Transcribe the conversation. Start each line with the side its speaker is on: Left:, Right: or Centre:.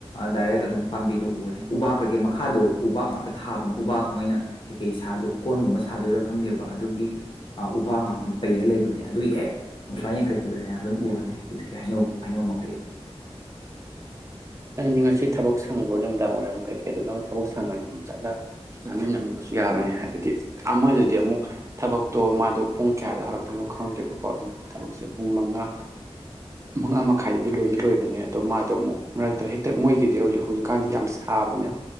Left: ꯗꯥꯏꯔꯦꯛ ꯑꯗꯨꯝ ꯄꯥꯝꯕꯤꯗꯣ ꯎꯔꯅꯤ ꯎꯄꯥꯛ ꯀꯩꯀꯩ ꯃꯈꯥꯗꯣ ꯎꯄꯥꯛꯥꯛ ꯉꯥꯛꯇ ꯊꯥꯕꯅꯦ ꯎꯄꯥꯛꯥꯛ ꯃꯣꯏꯅ ꯀꯩꯀꯩ ꯁꯥꯗꯣ ꯎ ꯀꯣꯟꯒꯨꯝꯕ ꯁꯥꯗꯣꯏꯔꯥ ꯈꯪꯗꯦꯕ ꯑꯗꯨꯒꯤ ꯎꯕꯥꯛ ꯉꯥꯛ ꯄꯩꯔ ꯂꯩꯕꯅꯦ ꯑꯗꯨ ꯍꯦꯛ ꯎꯨꯥꯥꯏ ꯌꯦꯡꯈꯠꯄꯗꯅꯦ ꯑꯗꯨꯝ ꯎꯔꯅꯤ ꯍꯧꯖꯤꯛꯀꯤ ꯍꯩꯅꯧ-ꯍꯩꯅꯧ ꯃꯈꯩꯗꯣ ꯁꯤ
Right: ꯪꯗꯤ ꯉꯁꯤ ꯊꯕꯛ ꯁꯪꯕ꯭ꯔꯣ ꯅꯨꯃꯤꯗꯥꯡ ꯋꯥꯔꯝ ꯀꯩꯀꯩ ꯑꯗꯨꯗ ꯊꯕꯛ ꯁꯪꯉꯗꯤ ꯑꯗꯨꯝ ꯆꯠꯂ ꯆꯥꯃꯤꯟꯅꯕꯁꯨ ꯌꯥꯕꯅꯦ ꯍꯥꯏꯕꯗꯤ ꯑꯃꯗꯨꯗꯤ ꯑꯃꯨꯛ ꯊꯕꯛꯇꯣ ꯃꯥꯗꯣ ꯄꯨꯡ ꯀꯌꯥꯗꯣ ꯍꯧꯔꯛꯇꯣꯏꯅꯣ ꯈꯪꯗꯦꯕꯀꯣ ꯑꯗꯨꯝ ꯊꯕꯛꯁꯦ ꯄꯨꯡ ꯃꯉꯥ ꯃꯉꯥ ꯃꯈꯥꯏꯗꯗꯤ ꯂꯣꯏꯗꯤ ꯂꯣꯏꯕꯅꯦ ꯑꯗꯣ ꯃꯥꯗꯣ ꯑꯃꯨꯛ ꯃꯔꯛꯇ ꯍꯦꯛꯇ ꯃꯣꯏꯒꯤꯗꯤ ꯍꯧꯖꯤꯛ ꯍꯧꯖꯤꯛꯀꯥꯟꯗꯤ ꯌꯥꯝ ꯁꯥꯕꯅꯤꯅ